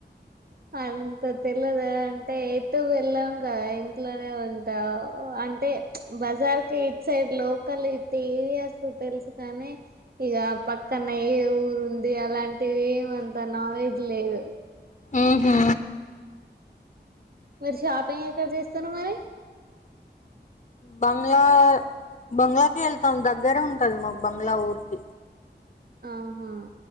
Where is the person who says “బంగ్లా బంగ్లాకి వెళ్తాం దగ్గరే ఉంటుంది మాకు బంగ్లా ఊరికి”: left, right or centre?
Left